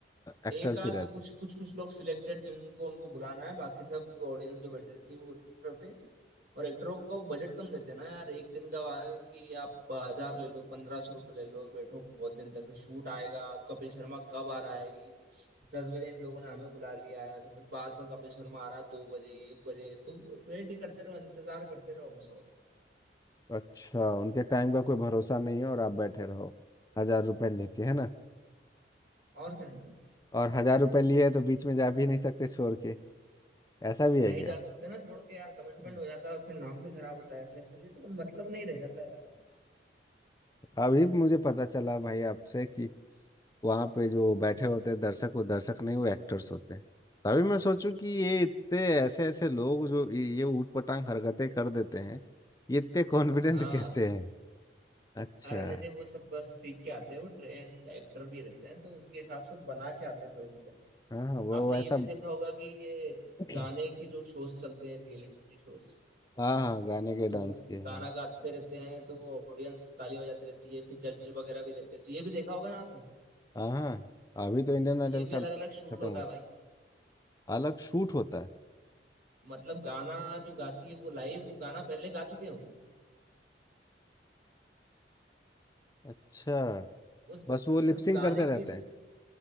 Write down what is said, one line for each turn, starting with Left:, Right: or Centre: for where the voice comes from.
Left: एक्टर्स
Right: एक आध
Left: ही रहते
Right: कुछ
Left: हैं
Right: कुछ कुछ लोग सिलेक्टेड जिनको उनको बुलाना है बाकी सब ऑडियंस जो बैठी रहती है वो actor होते हैं और एक्टरों को बजट कम देते हैं ना यार एक दिन का वहाँ कि आप हजार ले लो पंद्रह सौ रुपये ले लो बैठो बहुत दिन तक फिर शूट आएगा कपिल शर्मा कब आ रहा है कि दस बजे इन लोगों ने हमें बुला लिया है तो फिर बाद में कपिल शर्मा आ रहा है दो बजे एक बजे तो वेट ही करते रहो इंतजार करते रहो बस और क्या
Left: अच्छा उनके टाइम का कोई भरोसा नहीं है और आप बैठे रहो हजार रुपए लेके है ना
Right: और क्या नहीं तो
Left: और हजार रुपए लिए हैं तो बीच में जा भी नहीं सकते छोड़ के ऐसा भी
Right: नहीं
Left: है क्या
Right: जा सकते ना छोड़ के यार कमिटमेंट
Left: हम्म।
Right: हो जाता है और फिर नाम भी खराब होता है ऐसे ऐसे लिए तो मतलब नहीं रह जाता यार
Left: अभी मुझे पता चला भाई आपसे कि वहां पे जो बैठे होते हैं दर्शक वो दर्शक नहीं वो एक्टर्स होते हैं तभी मैं सोचूं कि ये इतने ऐसे ऐसे लोग जो ये ये ऊटपटांग हरकतें कर देते हैं ये इतने कॉन्फिडेंट
Right: हाँ
Left: <laughs> कैसे हैं अच्छा
Right: अरे नहीं नहीं वो सब बस सीख के आते हैं वो ट्रेंड एक्टर भी रहते हैं तो उनके हिसाब से बना के आते हैं कोई भी कैरेक्टर
Left: हाँ हाँ वो
Right: आपने
Left: ऐसा
Right: ये भी देखा होगा कि ये
Left: <clears throat>
Right: गाने के जो शोज चलते हैं रियलिटी शोज
Left: हाँ हाँ गाने के
Right: तो
Left: डांस
Right: वो
Left: के हाँ
Right: गाना गाते रहते हैं तो वो ऑडियंस ताली बजाते रहती है फिर जज वगैरह भी रहते हैं तो ये भी देखा होगा ना आपने
Left: हाँ हाँ अभी तो इंडियन आइडल
Right: तो ये भी अलग
Left: खत्म
Right: अलग शूट होता
Left: हुआ
Right: है भाई
Left: अलग शूट होता है
Right: मतलब गाना जो गाती है वो लाइव वो गाना पहले गा चुके हैं वो
Left: अच्छा
Right: वो सिर्फ
Left: बस वो लिपसिंग
Right: गाने
Left: करते रहते
Right: के
Left: हैं